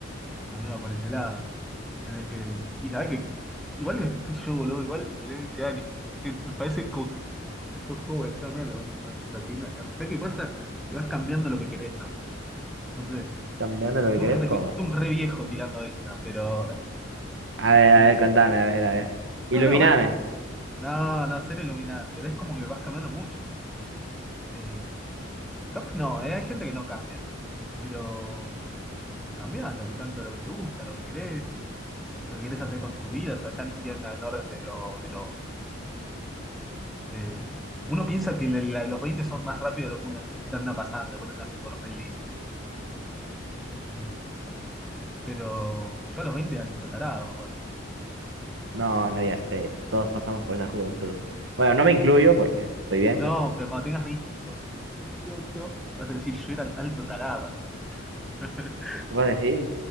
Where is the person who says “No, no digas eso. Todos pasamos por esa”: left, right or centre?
Right